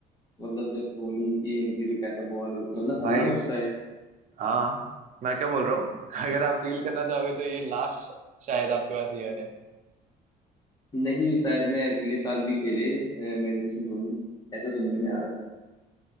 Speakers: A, on the left; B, on the right.
A: मतलब जब धोनी की एंट्री पे कैसा बवाल हो मतलब
B: भाई
A: हल्ला मचता है
B: हाँ मैं क्या बोल रहा हूँ <laughs> अगर आप फील करना चाहोगे तो ये लास्ट शायद आपके पास ईयर है
A: नहीं शायद मैं अगले साल भी खेले अ, महेंद्र सिंह धोनी ऐसा सुनने में आ रहा है